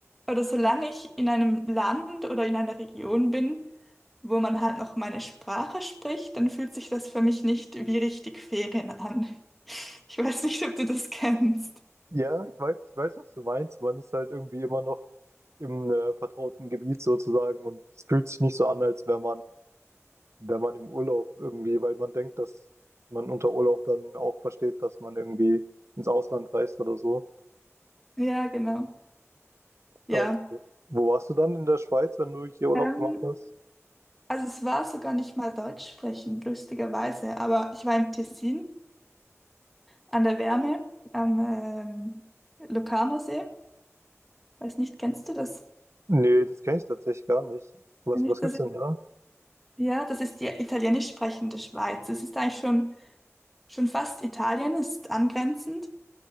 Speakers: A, in the centre; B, on the right.
A: oder solange ich in einem Land oder in einer Region bin, wo man halt noch meine Sprache spricht, dann fühlt sich das für mich nicht wie richtig Ferien an. <laughs> Ich weiß nicht, ob du das kennst.
B: Ja, ich weiß, ich weiß, was du meinst. Man ist halt irgendwie immer noch im äh, vertrauten Gebiet sozusagen und es fühlt sich nicht so an, als wäre man, wäre man im Urlaub irgendwie, weil man denkt, dass man unter Urlaub dann auch versteht, dass man irgendwie ins Ausland reist oder so.
A: Ja, genau. Ja.
B: Ähm, wo wo warst du dann in der Schweiz, wenn du hier Urlaub
A: Ähm,
B: gemacht hast?
A: Also es war sogar nicht mal Deutsch sprechen, lustigerweise. Aber ich war im Tessin an der Wärme am ähm, Locarnosee. Weiß nicht, kennst du das?
B: Nee, das kenne ich tatsächlich gar nicht. Was,
A: Wenn ich
B: was
A: das?
B: gibt's denn da?
A: Ja, das ist die italienisch sprechende Schweiz. Es ist eigentlich schon, schon fast Italien, es ist angrenzend